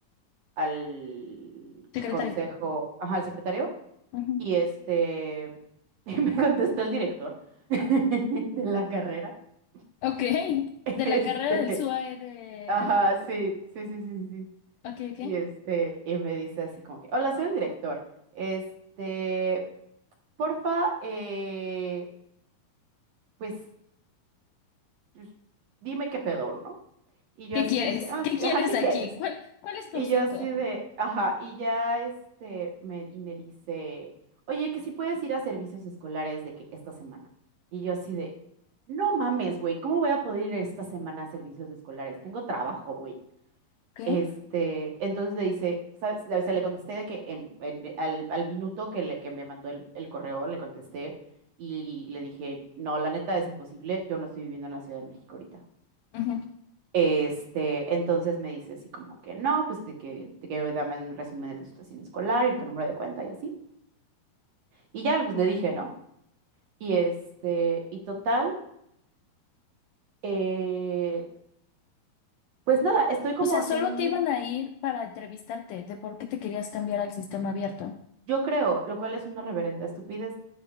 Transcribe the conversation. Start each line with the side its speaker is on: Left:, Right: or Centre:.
Right: al
Left: Secretario.
Right: consejo, ajá, al secretario
Left: Ujú.
Right: y este, <laughs> y me contestó el director <laughs> de la carrera. <laughs>
Left: Ok. De
Right: Este,
Left: la carrera del SUAE de,
Right: ajá,
Left: de Moderna.
Right: sí, sí, sí, sí, sí. sí.
Left: Ok, ok.
Right: Y este, y me dice así como que, hola, soy el director. Este, porfa, eh, pues, pues, dime qué pedo, ¿no? Y yo
Left: ¿Qué
Right: así
Left: quieres?
Right: de que, ah,
Left: ¿Qué
Right: sí,
Left: quieres
Right: ajá, ¿qué
Left: aquí?
Right: quieres?
Left: ¿Cuál, cuál es tu
Right: Y
Left: asunto?
Right: yo así de, ajá, y ya este, me, y me dice, oye, que si puedes ir a servicios escolares de que esta semana. Y yo así de, no mames, güey, ¿cómo voy a poder ir esta semana a servicios escolares? Tengo trabajo, güey.
Left: Ok.
Right: Este, entonces le dice, ¿sabes? Le- Se le contesté de que en- en- al, al minuto que, le, que me mandó el, el correo, le contesté y le dije, no, la neta es imposible, yo no estoy viviendo en la Ciudad de México ahorita.
Left: Ujú.
Right: Este, entonces me dice así como que no, pues de que, de que dame un resumen de tu situación escolar y tu número de cuenta y así. Y ya, pues le dije, ¿no? Y este, y total, eh, pues nada, estoy como
Left: O sea, solo
Right: en un,
Left: te iban a ir para entrevistarte de por qué te querías cambiar al sistema abierto.
Right: yo creo, lo cual es una reverenda estupidez,